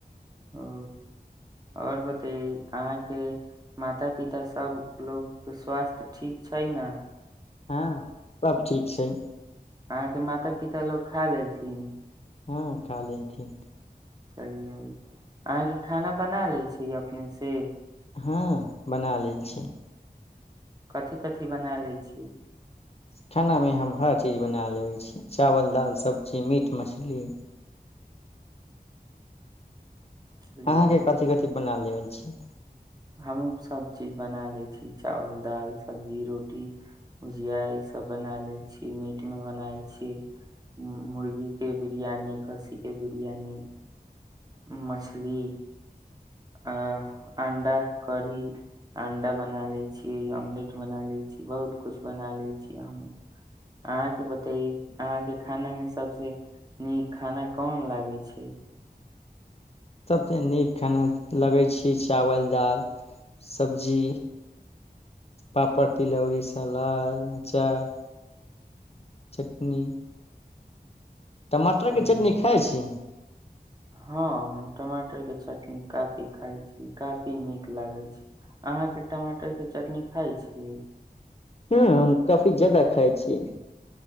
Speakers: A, on the right (about 25°); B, on the left (about 40°).
A: ओ आओर बतैै अहाँके माता पिताभ लोकके स्वास्थ्य ठीक छै ने
B: हँ सभ ठीक छै
A: अहाँके माता पिता लोग खा लेलथिन
B: हँ खाली अथि
A: चलियै अहाँके खाना बना लै छी अपने से
B: हँ बना लेल छी
A: कथी कथी बना लै छी
B: खाना मे हम हर चीज बना लेबै छी चावल दाल सबजी मीट मछली
A: चलियै
B: आहाँ क कथी कथी बना लेबै छी
A: हमहूँ सभ चीज बना लै छी चावल दाल सब्जी रोटी भुजिया इसभ बना लै छी मीटमे बना लै छीयै मुर्गीके बिरियानी खस्सीके बिरियानी मछली आ अंडा कढ़ी अण्डा बना ले छियै ऑमलेट बना ले छी बहुत कुछ बना ले छिये हमहु अहाँ के बतये अहाँ के खाना मे सबसे नीक खाना कोन लागे छै
B: सभसँ नीक खाना लगै छी चावल दाल सब्जी पापड़ तिलौरी सलाद अचार चटनी टमाटर
A: चलिये
B: के चटनी खाइ छी
A: हँ हम टमाटर के चटनी काफी खााय छी काफी नीक लागे छै अहाँ के टमाटर के चटनी खाय छिये
B: हँ हम काफी जादा खाइ छिये